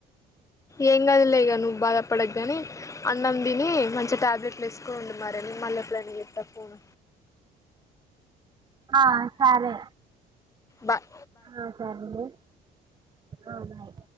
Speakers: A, on the left; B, on the right.
A: ఏం కాదులే ఇగా నువ్వు బాధపడకు గాని అన్నం తిని మంచి టాబ్లెట్లు వేసుకోండు మరిని మల్లెపుడన్నా చెత్త ఫోన్
B: ఆ సరే
A: బాయ్
B: ఆ సరేనే ఆ బాయ్